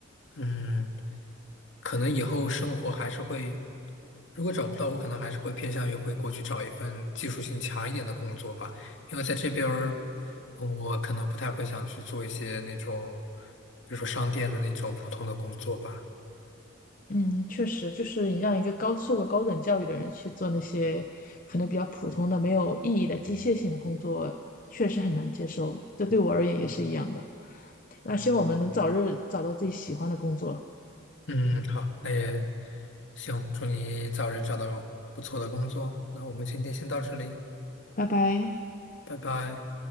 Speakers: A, on the left (about 70°); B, on the left (about 40°).
A: 嗯，可能以后生活还是会，如果找不到，我可能还是会偏向于回国去找一份技术性强一点的工作吧，因为在这边儿嗯我可能不太会想去做一些那种，比如说商店的那种普通的工作吧。
B: 嗯，确实，就是你让一个高受过高等教育的人去做那些可能比较普通的、没有意义的机械性的工作，确实很难接受。这对我而言也是一样的。那希望我们能早日找到自己喜欢的工作。
A: 嗯，好，那也行，祝你早日找到不错的工作。那我们今天先到这里，
B: 拜拜。
A: 拜拜。